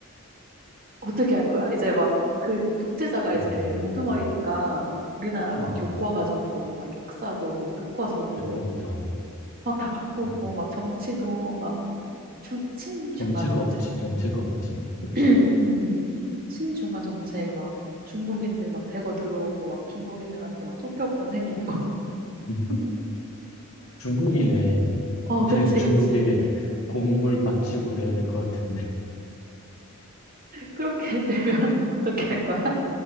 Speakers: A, on the right; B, on the left.
A: 어떻게 할 거야? 이제 막 그 독재자가 이제
B: 음,
A: 우두머리니까 우리나라 막
B: 음,
A: 교과 과정도 막 역사도 교과서도
B: 대박이다.
A: 막 다 바꾸고
B: 음.
A: 막 정치도 막 중, 친중화
B: 정체가
A: 정책?
B: 없지, 정체가 없지. 그치.
A: <clears throat> 음, 음. 친중화 정책 막 중국인들 막 대거 들어오고 막 중국인들한테 막 투표권 생기고. <laughs>
B: 음. 중국이네.
A: 어, 그치,
B: 쟤는 중국에
A: 그치.
B: 공물 바치고 그래야 될 것 같은데.
A: 그렇게 <laughs> 되면 <laughs> 어떻게 할 거야?